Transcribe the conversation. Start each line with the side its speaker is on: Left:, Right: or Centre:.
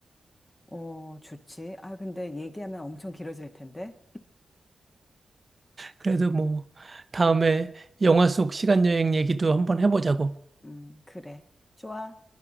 Left: 어, 좋지. 아, 근데 얘기하면 엄청 길어질 텐데.
Right: 그래도 뭐 다음에 영화 속 시간 여행 얘기도 한번 해보자고.
Left: 음, 그래. 좋아.